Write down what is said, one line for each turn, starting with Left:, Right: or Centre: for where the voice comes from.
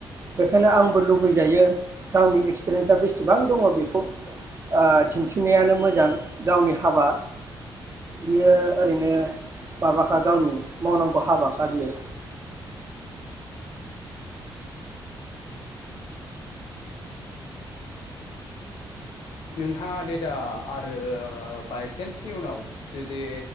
Right: बेखायनो आंबो लुबैजायो गावनि एक्सपिरियेन्सा बेसेबां दङ बेखौ ओ दिन्थिनायानो मोजां गावनि हाबा बियो ओरैनो माबाखा गावनि मावनांगौ हाबाखा बियो।
Left: नोंथाङा दे दा आरो बायसेन्सनि उनाव जुदि